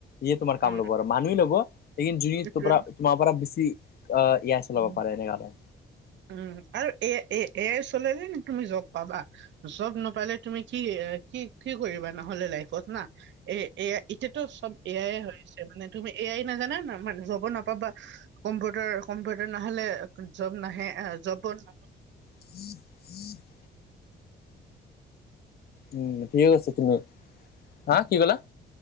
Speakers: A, on the left; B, on the right.
A: ইয়ে তোমাৰ কাম
B: উম
A: ল'ব আৰু। মানুহেই ল'ব, লিন <unintelligible>
B: এইটোৱে
A: তোমাৰ পৰা বেছি অ'! এ আই চলাব
B: উম
A: পাৰে, এনেকাতে।
B: উম! আৰু এ-এ-এ এ আই চলালে, তুমি জব পাবা। জব নাপালে তুমি কি কি কি কৰিবা নহ'লে লাইফত না? এ এয়া এতিয়াতো চব এ আই য়েই হৈছে মানে তুমি এ আই নাজানা ন মানে জব নাপাবা। কম্পিউটাৰ কম্পিউটাৰ নহলে জব নাহে জবত
A: <unintelligible> উম ঠিকে কৈছা তুমি। হা কি কলা?